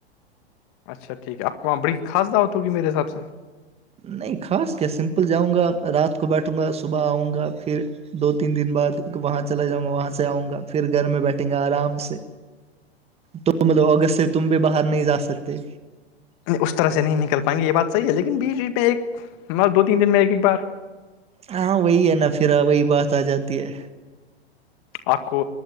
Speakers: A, on the left; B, on the right.
A: اچھا ٹھیک ہے آپ وہاں بڑی خا دعتگی میرے حساب سے
B: نہیں خاص کیا سمپل جاؤں گا رات کو بیٹھوں گا صبح آؤں گا پھر دو تین دن بعد وہاں چلا جاؤں گا وہاں سے آؤں گا پھر گھر میں بیٹھیں گا آرام سے تو مطلب اگست سے تم بھی باہر نہیں جا سکتے
A: اس طرح سے نہیں نکل پائیں گے یہ بات صحیح ہے لیکن بیچ بیچ میں ایک مط دو تین دن میں ایک ایک بار
B: ہاں وہی ہے نہ پھرا وہی بات آ جاتی ہے
A: آ کو